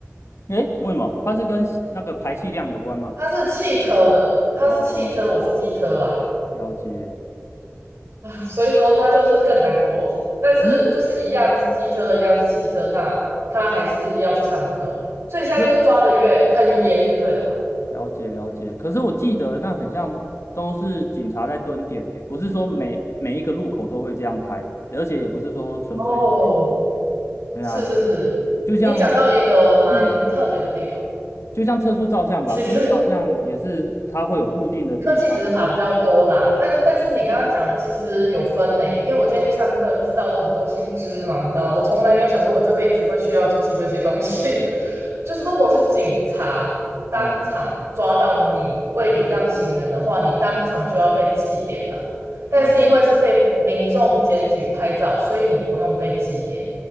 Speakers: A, on the left; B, on the right.
A: 诶，为什么？它是跟那个排气量有关吗？
B: 他是汽车的，他是汽车，
A: 哦，
B: 我是机车啊。
A: 了解。
B: 所以说他就是更难过。但是就是一样是机车，
A: 可是，
B: 一样是汽车，那他还是要去上课，所以现在就是抓的越很严就对了啦。
A: 可了解了解。可是我记得那很像都是警察在蹲点呢，不是说每每一个路口都会这样拍，而且也不是说纯粹随机。
B: 哦，
A: 对啊，
B: 是是是，
A: 就像，
B: 你讲到一个蛮特别的地方，
A: 嗯，就像测速照相吧，
B: 其实
A: 测速照相也是它会有固定的地方。
B: 科技执法比较多啦，但是但是你刚刚讲的其实有分呢，因为我今天去上课知道了很多新知嘛，你知道，我从来没有想过我这辈子会需要去记这些东西。<laughs> 就是如果是警察当场抓到你未礼让行人的话，
A: 哎，
B: 你当场就要被记点了。但是因为是被民众检举拍照，
A: 哦，
B: 所以你不用被记点。